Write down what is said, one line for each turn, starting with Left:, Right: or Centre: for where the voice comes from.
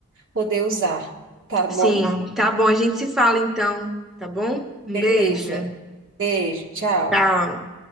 Right: poder usar. Tá bom?
Centre: sim. Tá bom, a gente se fala então, tá bom? Um
Right: Beleza.
Centre: beijo.
Right: Beijo, tchau.
Centre: Tchau.